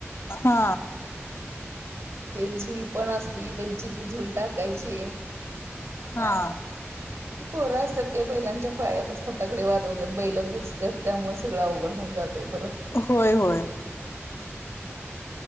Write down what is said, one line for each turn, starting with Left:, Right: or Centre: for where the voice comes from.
Left: हा
Right: ते झूल पण असती त्यांची ती झूल टाकायची
Left: हा
Right: पोरं असतात काही बैलांच्या पायातच फटाकडे वाजवतात बैलं बुजतात त्यामुळे सगळं अवघड होऊन जातय परत
Left: होय होय